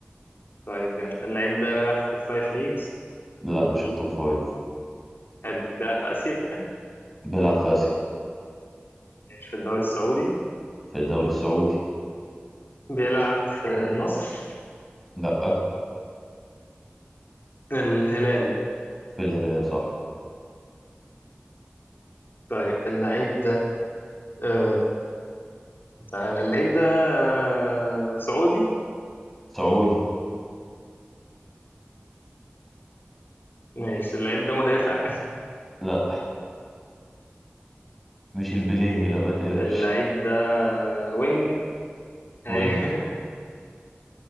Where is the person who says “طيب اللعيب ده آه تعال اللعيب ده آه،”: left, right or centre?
Left